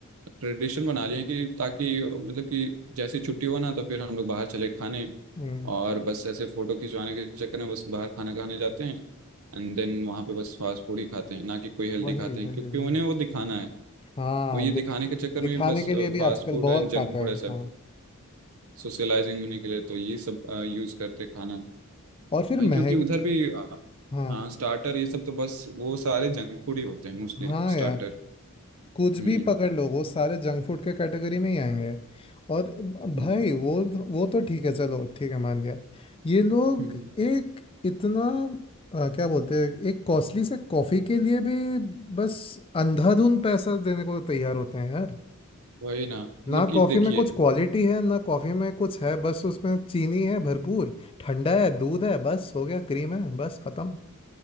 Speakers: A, on the right; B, on the left.
A: ट्रेडिशन बना लिया है कि ताकि मतलब कि जैसे छुट्टी हो ना तो फिर हम लोग बाहर चले खाने
B: हम्म,
A: और बस ऐसे फोटो खिंचवाने के चक्कर में बस बाहर खाना खाने जाते हैं एंड देन वहाँ पे बस फास्ट फूड ही खाते हैं ना कि कोई हेल्दी
B: वही
A: खाते हैं
B: वही
A: क्योंकि
B: वही
A: उन्हें वो दिखाना है
B: हाँ
A: तो ये दिखाने
B: दिख,
A: के चक्कर
B: दिखाने
A: में बस
B: के लिए भी
A: fast
B: आजकल
A: food
B: बहुत
A: and junk
B: खाता
A: food
B: है
A: ऐसा
B: हाँ
A: सोशलाइजिंग होने के लिए तो ये सब यूज करते हैं खाना
B: और
A: भाई
B: फिर महंगी
A: क्योंकि उधर भी अ,
B: हाँ
A: हाँ स्टार्टर ये सब तो बस वो सारे जंक फूड ही होते हैं मोस्टली
B: हाँ
A: स्टार्टर
B: यार कुछ
A: हम्म
B: भी पकड़ लो वो सारे जंक फूड के कैटेगरी में ही आएंगे और
A: हम्म
B: भाई वो वो तो ठीक है चलो ठीक है मान लिया ये लोग
A: हम्म।
B: एक इतना अ, क्या बोलते हैं एक कॉस्टली से कॉफी के लिए भी बस अंधाधुंध पैसा देने को तैयार होते हैं यार
A: वही ना मतलब
B: ना
A: कि
B: कॉफी
A: देखिए
B: में कुछ क्वालिटी है ना कॉफी में कुछ है बस उसमें चीनी है भरपूर ठंडा है दूध है बस हो गया क्रीम है बस खत्म